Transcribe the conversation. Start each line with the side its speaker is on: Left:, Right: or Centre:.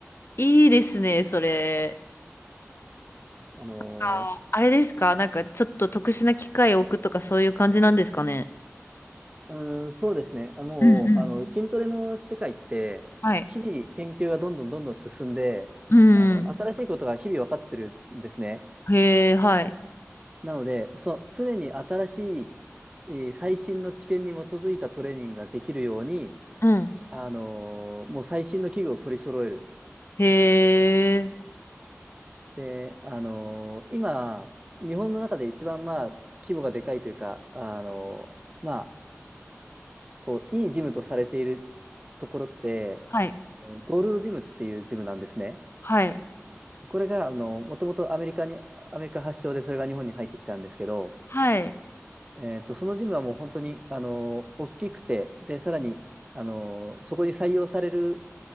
Left: いいですね、それ。
Right: あの
Left: ああれですかなんかちょっと特殊な機械を置くとかそういう感じなんですかね。
Right: うーん、そうですね。あもう、
Left: うんうん。
Right: あの、筋トレの世界って、
Left: はい。
Right: 日々研究がどんどんどんどん進んで、
Left: うん。
Right: あの、新しいことが日々分かってるんですね。
Left: へえ、はい。
Right: なので、そう、常に新しい、えー最新の知見に基づいたトレーニングができるように、
Left: うん。
Right: あのーもう最新の器具を取り揃える。
Left: へえ。
Right: で、あのー今、日本の中で一番、まあ、規模がでかいというか、あのーまあ、こう、いいジムとされているところって、
Left: はい。
Right: あのゴールドジムっていうジムなんですね。
Left: はい。
Right: これが、あの、もともとアメリカに、アメリカ発祥でそれが日本に入ってきたんですけど、
Left: はい。
Right: えっと、そのジムはもう本当に、あの、大きくて、で、さらに、あの、そこに採用される、